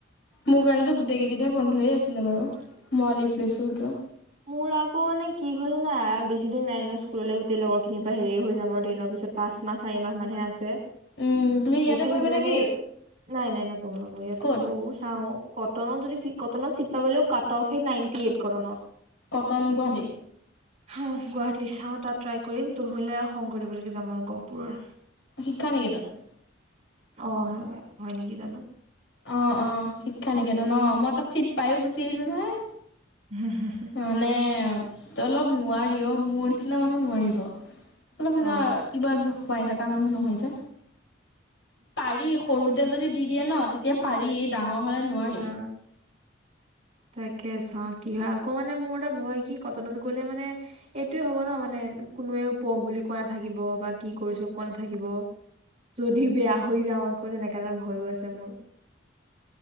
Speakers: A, on the left (about 70°); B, on the right (about 35°).
A: মোৰ কাৰণেতো গোটেই কেইদিনেই বন্ধই আছিলে বাৰু মই লিভ লৈছোঁ সেইটো।
B: মোৰ আকৌ মানে কি হয়, জানা আৰু বেছি দিন নাই ন' স্কুললৈ গোটেই লগৰখিনিৰ পৰা হেৰি হৈ যাম আৰু টেনৰ পিছত। পাঁচমাহ, চাৰিমাহ মানহে আছে।
A: উম তুমি
B: সেইটো
A: ইয়াতে পঢ়িবা
B: ভাবি
A: নে
B: মানে
A: কি
B: নাই, নাই নপঢ়ো, নপঢ়ো ইয়াতো
A: ক'ত
B: নপঢ়ো চাওঁ। কটনত যদি চিট কটনত চিট পাবলেও কাট অফ হে নাইনটি এইট কটনত।
A: কটন গুৱাহাটী।
B: অহ, গুৱাহাটী চাওঁ তাত ট্ৰাই কৰিম নহ'লে আৰু শংকৰদেৱ লৈকে যাম আৰু গহপুৰৰ।
A: শিক্ষা নিকেতন।
B: অ হয় হয় নেকি জানোঁ
A: অ অ শিক্ষা নিকেতন, অ মই তাত চিট পায়ো গুচি আহিলোঁ নহয়।
B: হা হা হা।
A: মানে তহঁতৰ লগত নোৱাৰি অ মোৰ নিচিনা মানুহ নোৱাৰিব অলপ মানে
B: অ
A: ইবাৰ পাই থকা মানুহ নহয় যে, পাৰি সৰুতে যদি দি দিয়ে ন তেতিয়া পাৰি ডাঙৰ হ'লে নোৱাৰি।
B: অ তাকে চাওঁ কি হয় আকৌ মানে মোৰ এটা ভয় কি কটনত গ'লে মানে এইটোয়ে হ'ব ন মানে কোনোৱেও পঢ় বুলি কোৱা নাথাকিব বা কি কৰিছ কোৱা নাথাকিব যদি বেয়া হৈ যাওঁ আকৌ তেনেকা এটা ভয়ো আছে মোৰ